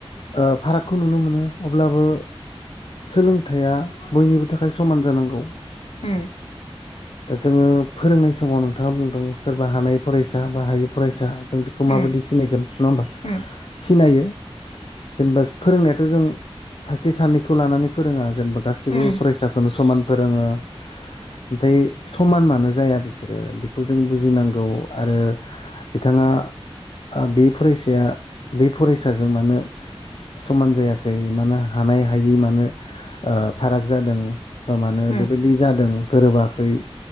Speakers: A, on the left; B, on the left.
A: ओ फारागखौ नुनो मोनो अब्लाबो सोलोंथाइया बयनिबो थाखाय समान जानांगौ।
B: उम
A: दा जोङो फोरोंनाय समाव नोंथाङा बुंदों सोरबा हानाय फरायसा बा हायै फरायसा जों बेखौ
B: उम
A: माबायदि सिनायगोन नङा होमबा
B: उम
A: सिनायो। जेनेबा फोरोंनायाथ' जों सासे सानैखौ लानानै फोरोङा। जेनेबा गासिबो
B: उम
A: फरायसाखौनो समान फोरोङो नथाय समान मानो जाया बिसोरो बेखौ जों बुजिनांगौ आरो बिथाङा आ बे फरायसाया बे फरायसाजों मानो समान जायाखै मानो हानाय हायि मानो ओ फाराग जादों। फोर मानो
B: उम
A: बेबायदि
B: उम
A: जादों गोरोबाखै